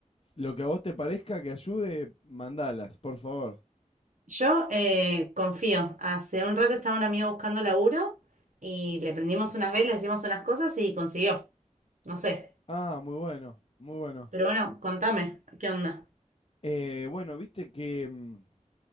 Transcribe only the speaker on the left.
Lo que a vos te parezca que ayude, mandalas, por favor.
Ah, muy bueno, muy bueno.
Eh, bueno, viste que, mm,